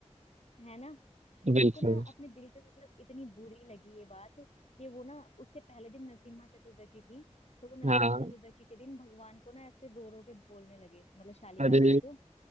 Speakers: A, on the left; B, on the right.
A: है ना तो
B: बिल्कुल
A: उनको ना अपने दिल पे मतलब इतनी बुरी लगी ये बात कि वो ना उससे पहले दिन नरसिम्हा चतुर्दशी थी तो वो नरसिम्हा
B: हाँ
A: चतुर्दशी के दिन भगवान को ना ऐसे रो रो के बोलने लगे मतलब शालिग्राम
B: अरे
A: जी को